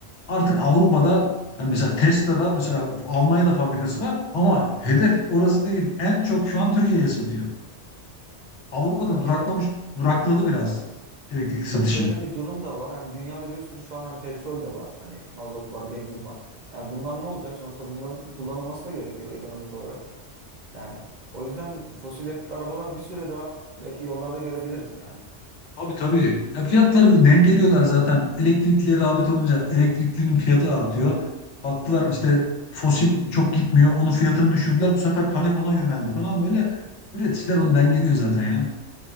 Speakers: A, on the left; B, on the right.
A: artık
B: Hı hı.
A: Avrupa'da yani mesela Tesla'da mesela Almanya'da fabrikası var ama hedef orası değil. En çok şu an Türkiye'ye satıyor. Avrupa'da
B: Ya
A: duraklamış,
B: bir de
A: durakladı biraz
B: evet.
A: elektrikli satışı.
B: Ya şöyle bir durum da var. Hani dünyada bir sürü şu an hani petrol de var. Hani mazot var, benzin var. Yani bunlar ne olacak? Sonuçta bunların kullanılması da gerekiyor ekonomik olarak. Yani o yüzden fosil yakıtlı arabalar bir süre daha belki yollarda görebiliriz yani.
A: Abi tabii. Ya fiyatları dengeliyorlar zaten. Elektrikli rağbet olunca elektriklinin fiyatı artıyor. Baktılar işte fosil çok gitmiyor. Onun fiyatını düşürdüler. Bu sefer talep ona yöneldi falan. Böyle üreticiler onu dengeliyor zaten ya.